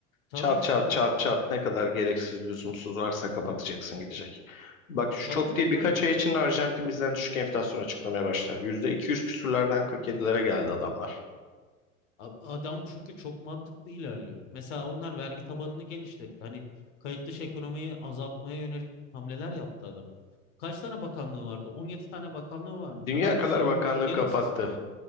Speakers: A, on the left (about 60°); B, on the left (about 75°).
A: Tabii
B: Çat
A: ki
B: çat
A: canım.
B: çat çat ne kadar gereksiz lüzumsuz varsa kapatacaksın gidecek. Bak şu
A: E, Tabii
B: çok
A: canım
B: değil
A: tabii.
B: birkaç ay içinde Arjantin bizden düşük enflasyon açıklamaya başlar. yüzde iki yüz küsürlerden kırk yedilere geldi adamlar.
A: A- Adam çünkü çok mantıklı ilerliyor. Mesela onlar vergi tabanını genişletti. Hani kayıt dışı ekonomiyi azaltmaya yönelik hamleler yaptı adam. Kaç tane bakanlığı vardı? 17 tane bakanlığı varmış.
B: Dünya
A: Adam demiş
B: kadar
A: ki abi
B: bakanlığı
A: bu gereksiz.
B: kapattı.